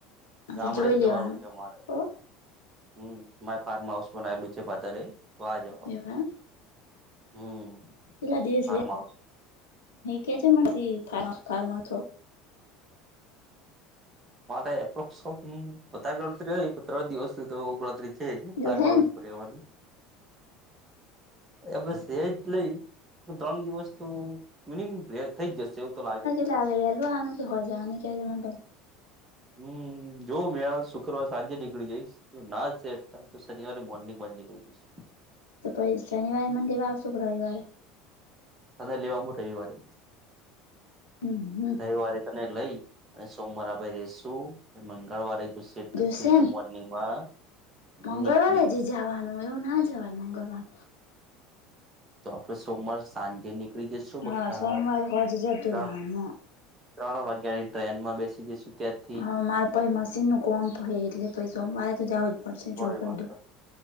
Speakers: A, on the left; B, on the right.
A: આ
B: ગામડે
A: તો જોઈ
B: જ જવાનું
A: લેવાનું
B: છે મારે.
A: ઓ
B: હમ મારે ફાર્મ હાઉસ બનાયલું છે પાધરે વાહ જવાનું
A: એવા
B: છે. હમ.
A: પલા દિવસ
B: ફાર્મ હાઉસ
A: કે છે મ ફ ફ્મા
B: મારે એપ્રોક્સ બધા ગણતરી ત્રણ દિવસ તો ગણતરી છે જ બાર
A: જો હે
B: બઉસ ઉપર રહેવાની એ બસ એજ લઈ ત્રણ દિવસ તો મિનિમમ ર થઈ જ જશે એવું તો લાગે
A: લ લ આનું કે હોયજાય અને ક કે જે બ પલા
B: હમ જોવું મેળવ તો શુક્રવાર સાંજે નીકળી જઈશ જો ના ચેરતાય તો શનિવારે મોર્નિંગ બંધ નીકળ જશે
A: તો પછી શનિવારે મને દેવા આવશો કે રવિવારે
B: તજા લેવાનું રવિવારે
A: હમ હમ
B: રવિવારે તને લઈ અને સોમવાર આપે રશું મંગળવારે જો સેટ થશે
A: જોશે
B: તો
A: ને
B: મોર્નિંગમાં
A: મંગળવારે
B: નીકળી
A: જ જવાનું એવું ના જવાય મંગળવાર
B: તો આપડ સોમવાર સાંજે નીકળી જઈ શું બક્કા
A: હા સોમવારે હોજ જતું
B: ત્રણ
A: રહેવાનું
B: વાગ્યા ની ટ્રેન માં બેસી જઈશું ત્યાં
A: હા મારે પ મશીન ન કોમ્પ હો એટલે પસ મારે તો જવું જ પડશે
B: કોઈ
A: જો કહી
B: વાંધો
A: દઉ